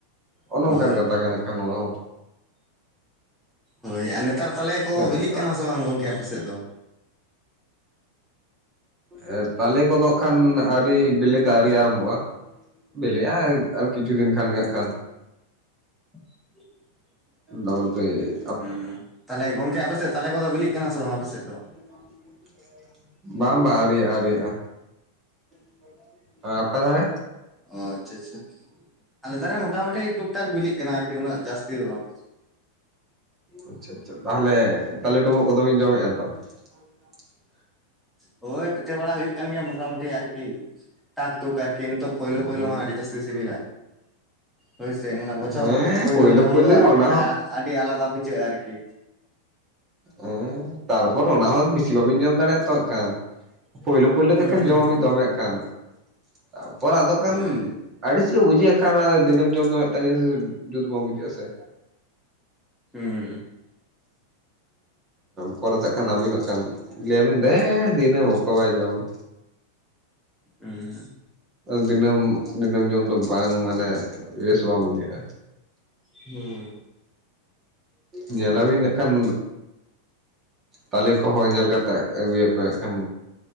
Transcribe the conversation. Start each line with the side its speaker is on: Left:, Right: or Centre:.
Right: ᱚᱱᱚ
Centre: ᱦᱳᱭ
Right: ᱚᱱᱠᱟᱱ ᱠᱟᱛᱷᱟ ᱠᱟᱱᱟ ᱱᱟᱠᱷᱟᱱ ᱦᱟᱜ ᱠᱷᱟᱱ ᱱᱚᱣᱟ ᱦᱚ᱾
Centre: ᱦᱳᱭ ᱟᱨ ᱱᱮᱛᱟᱨ ᱛᱟᱞᱮ ᱠᱚ
Right: ᱦᱮᱸ
Centre: ᱵᱤᱞᱤᱜ ᱠᱟᱱᱟ ᱥᱮ ᱵᱟᱝ ᱜᱚᱢᱠᱮ ᱟᱯᱮ ᱥᱮᱫ ᱫᱚ?
Right: ᱮ ᱛᱟᱞᱮ ᱠᱚᱫᱚ ᱟᱠᱷᱟᱱ ᱟᱹᱣᱨᱤ ᱵᱮᱞᱮ ᱫᱚ ᱟᱹᱣᱨᱤ ᱟᱨᱚᱢᱵᱚᱜ-ᱟ᱾ ᱵᱮᱞᱮ-ᱟ ᱟᱨ ᱠᱤᱪᱷᱩ ᱫᱤᱱ ᱠᱷᱟᱱ ᱜᱮ ᱦᱟᱜ ᱠᱷᱟᱱ᱾
Centre: <inaudible>
Right: ᱰᱚᱵᱚᱞ ᱯᱮᱜᱮ᱾
Centre: ᱦᱩᱸ ᱦᱩᱸ᱾ ᱛᱟᱦᱞᱮ ᱜᱚᱝᱠᱮ ᱟᱯᱮ ᱥᱮᱫ ᱛᱟᱞᱮ ᱠᱚᱫᱚ ᱵᱤᱞᱤᱜ ᱠᱟᱱᱟ ᱥᱮ ᱵᱟᱝ ᱟᱯᱮ ᱥᱮᱫ ᱫᱚ?
Right: <inaudible> ᱵᱟᱝ ᱵᱟᱝ ᱟᱹᱣᱨᱤ ᱟᱹᱣᱨᱤᱭᱟᱜ-ᱟ᱾ <inaudible> ᱟ ᱟᱯᱮ ᱫᱷᱟᱨᱮ?
Centre: ᱚ ᱟᱪᱪᱷᱟ ᱟᱪᱪᱷᱟ ᱟᱞᱮ ᱫᱷᱟᱨᱮ ᱢᱚᱴᱟᱢᱩᱴᱤ ᱴᱩᱠ-ᱴᱟᱠ ᱵᱤᱞᱤᱜ ᱠᱟᱱᱟ ᱟᱨᱠᱤ ᱩᱱᱟᱹᱜ ᱡᱟᱹᱥᱛᱤ ᱫᱚ ᱵᱟᱝ᱾
Right: ᱟᱪᱪᱷᱟ ᱟᱪᱪᱷᱟ᱾ ᱛᱟᱦᱞᱮ ᱛᱟᱞᱮ ᱰᱩᱸᱵᱩᱜ ᱠᱚᱫᱚ ᱵᱤᱱ ᱡᱚᱢᱮᱫ-ᱟ ᱛᱚ᱾ <inaudible>
Centre: ᱦᱳᱭ ᱯᱤᱴᱷᱟᱹ ᱵᱟᱲᱟ ᱦᱩᱭᱩᱜ ᱠᱟᱱ ᱜᱮᱭᱟ ᱢᱚᱴᱟᱢᱩᱴᱤ ᱟᱨᱠᱤ ᱴᱟᱠ-ᱴᱩᱠ ᱟᱨᱠᱤ ᱱᱤᱛᱚ᱾ ᱯᱳᱭᱞᱳ
Right: ᱛᱚ
Centre: ᱯᱳᱞᱳ ᱢᱟ ᱟᱹᱰᱤ ᱡᱟᱹᱥᱛᱤ ᱥᱤᱵᱤᱞᱟ, ᱦᱳᱭ ᱥᱮ ᱢᱟᱱᱮ ᱵᱚᱪᱷᱚᱨ
Right: ᱦᱮᱸ
Centre: ᱯᱳᱭᱞᱳ ᱡᱚᱢ ᱫᱚ ᱟᱨᱠᱤ
Right: ᱜᱮ ᱚᱱᱟ
Centre: ᱢᱟᱱᱮ
Right: ᱦᱚᱸ
Centre: ᱟ ᱟᱹᱰᱤ ᱟᱞᱟᱫᱟ ᱵᱩᱡᱷᱟᱹᱜ-ᱟ ᱟᱨᱠᱤ᱾
Right: ᱦᱮᱸ ᱛᱟᱨᱯᱚᱨ ᱚᱱᱟ ᱦᱚᱸ ᱵᱮᱥᱤ ᱵᱟᱵᱤᱱ ᱡᱚᱢ ᱫᱟᱲᱮᱜ-ᱟ ᱟᱛᱚ ᱦᱟᱜᱠᱷᱟᱱ᱾ ᱯᱳᱭᱞᱳ ᱯᱳᱭᱞᱳ ᱫᱚ
Centre: ᱦᱩᱸ
Right: ᱦᱟᱠᱷᱟᱱ ᱡᱚᱢ ᱢᱟᱵᱤᱧ
Centre: ᱦᱩᱸ
Right: ᱫᱚᱢᱮ ᱦᱟᱜᱠᱷᱟᱱ᱾ ᱛᱟᱨᱯᱚᱨ ᱟᱫᱚ ᱦᱟᱜᱠᱷᱟᱱ
Centre: ᱦᱳᱭ
Right: ᱟᱹᱲᱤᱥ ᱜᱮ ᱵᱩᱡᱷᱟᱹᱜ ᱦᱟᱠᱷᱟᱱᱟ ᱟᱫᱚ ᱫᱤᱱᱟᱹᱢ ᱡᱚᱢ ᱫᱚ ᱢᱤᱫᱴᱟᱝ ᱡᱤᱱᱤᱥ ᱡᱩᱛ ᱵᱟᱝ ᱵᱩᱡᱷᱟᱹᱜᱼᱟ ᱥᱮ᱾
Centre: ᱦᱩᱸ
Right: ᱯᱚᱨᱮ ᱛᱮ ᱦᱟᱸᱜ ᱠᱷᱟᱱ ᱟᱹᱵᱤᱱ ᱦᱟᱸᱜ ᱠᱷᱟᱱ ᱞᱟᱹᱭ ᱟᱵᱤᱱ ᱫᱮ ᱫᱤᱱᱟᱹᱢ ᱚᱠᱚᱭ ᱵᱟᱭ ᱡᱚᱢᱟ᱾
Centre: ᱦᱩᱸ᱾
Right: ᱫᱤᱱᱟᱹᱢ ᱫᱤᱱᱟᱹᱢ ᱡᱚᱢ ᱫᱚ ᱵᱟᱝ ᱢᱟᱱᱮ ᱵᱮᱥ ᱵᱟᱝ ᱵᱩᱡᱷᱟᱹᱜ-ᱟ᱾
Centre: ᱦᱩᱸ
Right: ᱧᱮᱞᱟᱱᱤᱱ ᱱᱟᱠᱷᱟᱱ ᱛᱟᱞᱮ ᱠᱚᱦᱚᱸ ᱧᱮᱞ ᱠᱟᱛᱮᱜ ᱟᱹᱜᱩᱭᱟᱯᱮ ᱱᱟᱠᱷᱟᱱ᱾